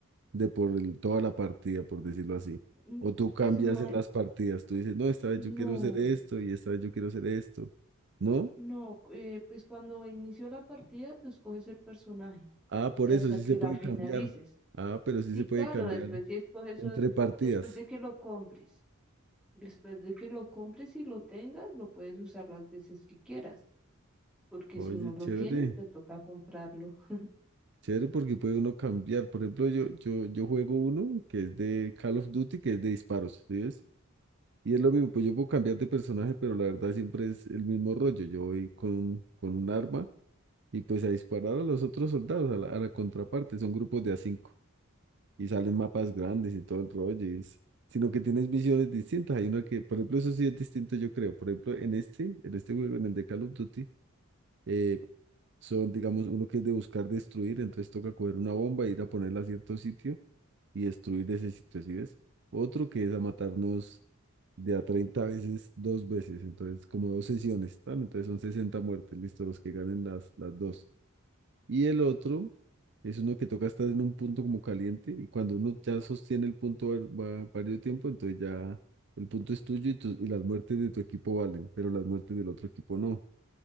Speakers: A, on the right; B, in the centre.
A: de por el- toda la partida, por decirlo así.
B: n-
A: O tú
B: pues
A: cambias
B: ma-
A: en las partidas, tú dices, no, esta vez
B: no,
A: yo quiero hacer esto y esta vez yo quiero hacer esto. ¿No?
B: no, eh, pues cuando inició la partida tú escoges el personaje.
A: Ah, por
B: y hasta
A: eso sí
B: que
A: se
B: la
A: puede
B: finalices.
A: cambiar. Ah, pero sí
B: Sí,
A: se
B: claro,
A: puede cambiar
B: después si escoges
A: entre
B: eso,
A: partidas.
B: después de que lo compres, después de que lo compres y lo tengas, lo puedes usar las veces que quieras, porque
A: Oye,
B: si no lo
A: chévere,
B: tienes, te toca comprarlo. <laughs>
A: chévere porque puede uno cambiar. Por ejemplo, yo, yo, yo juego uno que es de Call of Duty, que es de disparos, ¿sí ves? Y es lo mismo, pues yo puedo cambiar de personaje, pero la verdad siempre es el mismo rollo. Yo voy con, con un arma Y pues a disparar a los otros soldados, a la, a la contraparte, son grupos de a cinco. Y salen mapas grandes y todo el rollo. y es- sino que tienes visiones distintas. Hay una que, por ejemplo, eso sí es distinto, yo creo. Por ejemplo, en este, en este juego, en el de Call of Duty, eh, son, digamos, uno que es de buscar destruir, entonces toca coger una bomba, e ir a ponerla a cierto sitio y destruir ese sitio, ¿sí ves? Otro que es a matarnos de a 30 veces, dos veces, entonces como dos sesiones, ¿tan? Entonces son 60 muertes, listo, los que ganen las, las dos. Y el otro es uno que toca estar en un punto como caliente y cuando uno ya sostiene el punto var- va- varios tiempo, entonces ya el punto es tuyo y, tu- y las muertes de tu equipo valen, pero las muertes del otro equipo no.